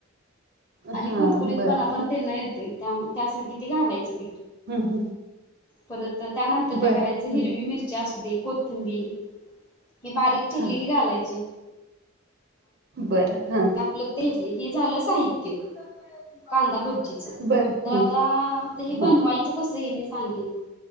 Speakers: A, on the left; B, on the right.
A: आणि
B: हां,
A: कुरकुरीतपणा
B: बरं.
A: पण तेन येतोय त्यासाठी ते घालायचं पीठ
B: हं, हं.
A: परत तर त्यानंतर काय
B: बरं,
A: करायचं हिरवी
B: हं.
A: मिरच्या असू दे कोथिंबीर हे बारीक चिरलेली
B: हां.
A: घालायची
B: बरं, हां.
A: आपल्यात घेतले हे झालं साहित्य कांदा भजीच
B: बरं,
A: तर
B: हं.
A: आता आता हे
B: हां,
A: बनवायचं कस हे मी सांगेन